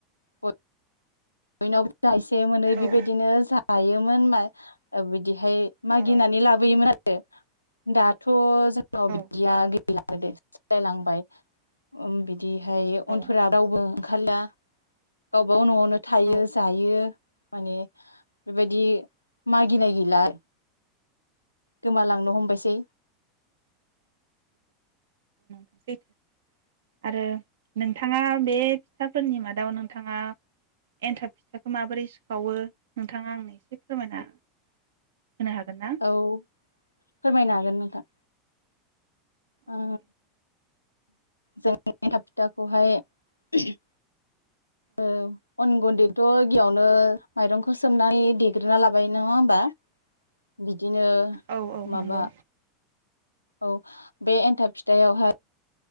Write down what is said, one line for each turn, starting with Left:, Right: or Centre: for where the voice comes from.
Left: गथ बयनावबो जा एसे मोनो
Right: औ
Left: बेबायदिनो जा थायोमोन मा ओ बिदि <inaudible> मागिनानै
Right: औ
Left: लाबोयोमोन आरो <inaudible> दाथ' औ जोंनाव बिदिया
Right: औ
Left: <inaudible> <inaudible> लायलांबाय अम <inaudible> बिदिहाय
Right: औ
Left: उनफोरा रावबो <inaudible> लिया गावबागाव नआवनो थायो
Right: औ
Left: जायो माने <unintelligible> बेबायदि मागिनाय
Right: औ
Left: गैला गोमालांनो
Right: औ
Left: हमबायसै
Right: <inaudible> आरो नोंथाङा बे फिथाफोरनि मादाव नोंथाङा एन्थाब फिथाखौ माबोरै सावो नोंथाङा आंनो एसे फोरमायना? होनो हागोन ना?
Left: औ फोरमायनो हागोन नोंथां।
Right: औ
Left: ओ
Right: दे
Left: जों <unintelligible> एन्थाब फिथाखौहाय <unintelligible> औ अन गुन्दैथ' गियावनो नो मायरंखौ सोमनानै देग्रोना लाबाय नङा होमबा। बिदिनो
Right: औ औ
Left: माबा
Right: नंगौ
Left: औ बे एन्थाब फिथायाव हाय